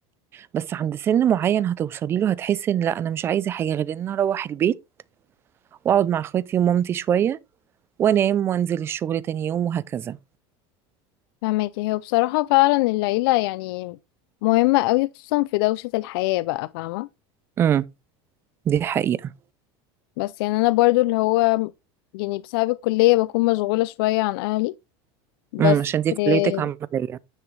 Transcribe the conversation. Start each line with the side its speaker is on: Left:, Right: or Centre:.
Right: بس عند سن معين هتوصلي له هتحسي ان لا انا مش عايزه حاجه غير ان أنا اروح البيت واقعد مع اخواتي ومامتي شويه وانام وانزل الشغل تاني يوم وهكذا
Left: فاهماكي هو بصراحة فعلا العيلة يعني مهمة أوي خصوصا في دوشة الحياة بقى فاهمة
Right: امم دي حقيقه
Left: بس يعني أنا برضو اللي هو يعني بسبب الكلية بكون مشغولة شوية عن أهلي بس
Right: امم عشان دي كليتك
Left: آه،
Right: عمليه